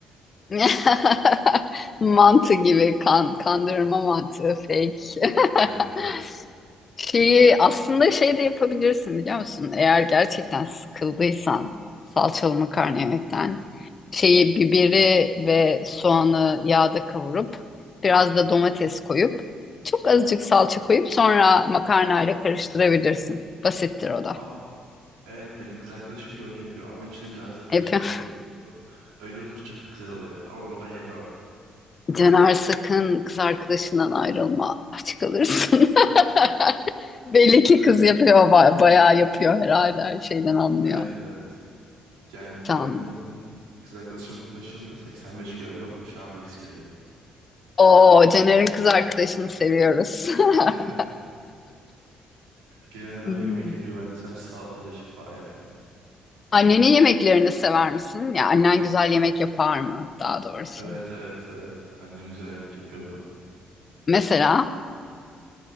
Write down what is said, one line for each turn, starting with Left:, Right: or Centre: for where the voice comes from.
Left: <laughs> Mantı gibi kan, kandırma mantığı fake. <laughs>
Right: Evet evet.
Left: Şeyi aslında şey de yapabilirsin biliyor musun? Eğer gerçekten sıkıldıysan salçalı makarna yemekten şeyi biberi ve soğanı yağda kavurup biraz da domates koyup çok azıcık salça koyup sonra makarnayla karıştırabilirsin. Basittir o da.
Right: Aa evet benim kız arkadaşım da öyle yapıyor ama içine biraz da kıyma
Left: Yapıyorum.
Right: ekliyor. Ö- Öyle olunca çok güzel oluyor ama onu ben yapamam.
Left: Caner sakın kız arkadaşından ayrılma. Aç kalırsın. <laughs> Belli
Right: <laughs>
Left: ki kız yapıyor, ba- bayağı yapıyor herhalde her şeyden anlıyor.
Right: Evet evet. Yani
Left: Tamam.
Right: ben buna tan kız arkadaşımla tanıştığımda 85 kiloydum. Şu anda 100 kiloyum.
Left: Oo, Caner'in kız arkadaşını seviyoruz.
Right: <laughs>
Left: <laughs>
Right: Genelde
Left: Hmm.
Right: o yemek yapıyor. Ben sadece salata cacık falan yapıyorum.
Left: Annenin yemeklerini sever misin? Ya annen güzel yemek yapar mı daha doğrusu?
Right: Evet evet evet. Annem güzel yemek yapıyordu.
Left: Mesela